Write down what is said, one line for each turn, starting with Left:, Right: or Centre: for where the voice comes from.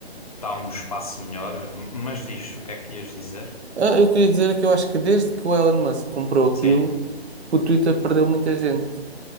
Left: está um espaço melhor. Mas diz o que é que ias dizer?
Right: Ah, Eu queria dizer que eu acho que desde que o Elon Musk comprou aquilo,
Left: Sim.
Right: o Twitter perdeu muita gente.